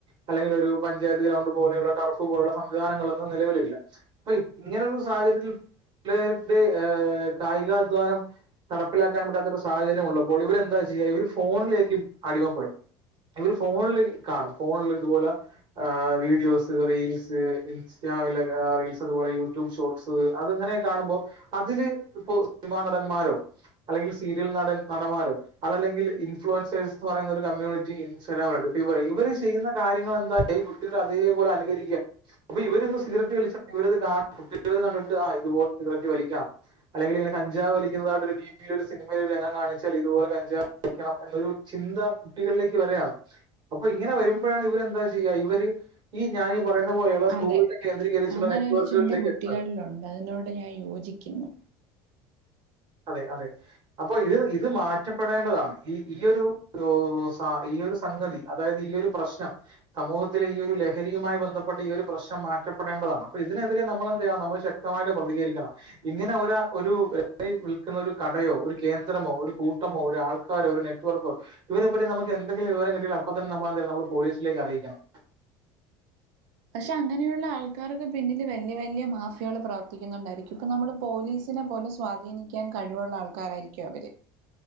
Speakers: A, on the right (about 45°); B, on the right (about 75°).
A: അല്ലെങ്കിൽ ഒരു പഞ്ചായത്ത് ഗ്രൗണ്ട് പോലെയുള്ള ടർഫ് പോലുള്ള സംവിധാനങ്ങളൊന്നും നിലവിലില്ല അപ്പൊ ഇങ്ങനെ ഒരു സാഹചര്യത്തിൽ പിള്ളാരിന്റെ ആഹ് കായികാധ്വാനം നടപ്പിലാക്കാൻ പറ്റാത്ത ഒരു സാഹര്യമുള്ളപ്പോ ഇവരെന്താ ചെയ്യാ ഇവർ ഫോണിലേക്കും അടിമപ്പെടും ഇവര് ഫോണിൽ കാണും ഫോണിൽ ഇതുപോലെ വീഡിയോസ് റീൽസ് ഇൻസ്റ്റയിലൊക്കെ റീൽസ് അതുപോലെ യൂട്യൂബ് ഷോർട്സ് അതങ്ങനെ കാണുമ്പോൾ അതില് ഇപ്പോ സിനിമാ നടന്മാരോ അല്ലെങ്കിൽ സീരിയൽ നടൻ നടന്മാരോ. അതല്ലെങ്കിൽ ഇൻഫ്ലുവൻസേഴസ്ന്ന് പറയുന്ന ഒരു കമ്മ്യൂണിറ്റി ഇൻസ്റ്റഗ്രാമിലുണ്ട്പ്പ ഇവ ഇവര് ചെയ്യുന്ന കാര്യങ്ങളെന്ത ഈ കുട്ടികൾ അതേപോലെ അനുകരിക്ക്യാ. അപ്പൊ ഇവരൊന്ന് സിഗരറ്റ് വലിച്ചാ ഇവരത് കാണും കുട്ടികളത് കണ്ടിട്ട് ആഹ് ഇതുപോലെ സിഗരറ്റ് വലിക്കാം. അല്ലെങ്കില്ങ്ങനെ കഞ്ചാവ് വലിക്കുന്നതായിട്ടൊരു ടീ. ഈ ഒരു സിനിമയിലെ രംഗം കാണിച്ചാൽ ഇതുപോലെ കഞ്ചവലിക്കണം എന്നൊരു ചിന്ത. കുട്ടികൾലേക്ക് വര്യാണ് അപ്പൊ ഇങ്ങനെ വരുമ്പഴാണ് ഇവരെന്താ ചെയ്യ ഇവര്. ഈ ഞാൻ ഈ പറയുന്ന പോലെയുള്ള സ്കൂളിനെ
B: അതെ
A: കേന്ദ്രീകരിച്ചുള്ള
B: അങ്ങനൊരു
A: നെറ്റ്വർക്കുകളിലേക്ക്
B: ചിന്ത കുട്ടികൾലു
A: എത്തുന്നത്
B: അതിനോട് ഞാൻ യോജിക്ക്ന്നു.
A: അതെ അതെ. അപ്പൊ ഇത് ഇത് മാറ്റപ്പെടേണ്ടതാണ് ഈ ഈ ഒരു രൂ സാ ഈ ഒരു സംഗതി അതായത് ഈ ഒരു. പ്രശ്നം. സമൂഹത്തിലെ ഈ ഒരു ലഹരിയുമായി ബന്ധപ്പെട്ട ഈ ഒരു പ്രശ്നം മാറ്റപ്പെടേണ്ടതാണ് അപ്പൊ ഇതിനെതിരെ നമ്മൾ എന്തെയ്യാ നമ്മൾ ശ ക്തമായിട്ട് പ്രതികരിക്കണം ഇങ്ങനെ ഒരാ ഒരു വിൽക്കുന്ന ഒരു കടയോ ഒരു കേന്ദ്രമോ ഒരു കൂട്ടമോ ഒരു ആൾക്കാരോ ഒരു നെറ്റ് വർക്കോ. ഇവരെപ്പറ്റി നമക്ക് എന്തെിലും വിവരം കിട്ടയാൽ അപ്പ തന്നെ നമ്മളെന്തെയ്യ നമ്മള് പോലീസിലേക്ക് അറിയിക്കണം.
B: പക്ഷേ അങ്ങനെയുള്ള ആൾക്കാർക്ക് പിന്നില് വല്ല്യ വല്ല്യ മാഫിയാള് പ്രവർത്തിക്കുന്നുണ്ടായിരിക്കും ഇപ്പം നമ്മള്. പോലീസിനെ പോലെ സ്വാധീനിക്ക്യാൻ കഴിവുള്ള ആൾക്കാരായിരിക്ക്യു അവര്.